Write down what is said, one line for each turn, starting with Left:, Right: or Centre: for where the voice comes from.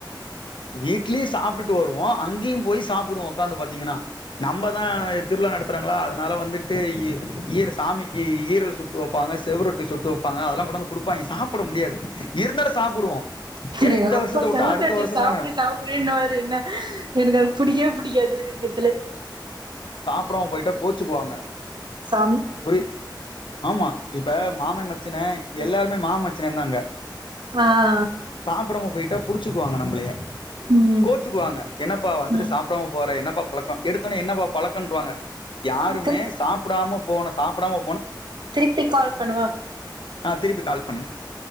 Left: வீட்லயு சாப்ட்டு வருவோ அங்கேயு போய் சாப்புடுவோ உக்காந்து பாத்தீங்கன்னா நம்ம தா திருவிழா நடத் தரங்களா அதனால வந்துட்டு இ இ சாமிக்கு ஈரல் சுட்டு வெப்பாங்க செவுரொட்டி சுட்டு வெப்ப அதெல்லா கொண்டாந்து குடுப்பாயிங்க சாப்ட முடியாது இருந்தாலு சாப்புடுவோ ஏன்னா
Right: எங்கப்பா
Left: இந்த வருஷத்த வுட்டா
Right: செவத்தட்டி
Left: அடுத்த வருஷந்தான
Right: சாப்புடு சாப்புடுன்னுவாரு என்ன எனக்கு அது புடிக்கவே புடிக்காது இருக்கத்துலே
Left: சாப்டாமா போயிட்டா கோச்சுக்குவாங்க
Right: சாம்
Left: புரி ஆமா இப்ப மாம மச்சின எல்லாருமே மாம மச்சினே தா அங்க
Right: ஆ ஆ
Left: புடாம போயிட்டா புடிச்சுக்குவாங்க நம்மளயே
Right: ம்
Left: கோச்சுக்குவாங்க என்னப்பா வந்துட்டு
Right: ம்
Left: சாப் போற என்னப்பா பழக்கோ எடுத்தவுடனே என்னப்பா பழக்கோன்றுவாங்க யாருமே
Right: திருப்
Left: சாப்டாம போன சாப்டாம
Right: திருப்பி கால் பண்ணுவா
Left: ஆ திருப்பி கால் பண்ணுங்க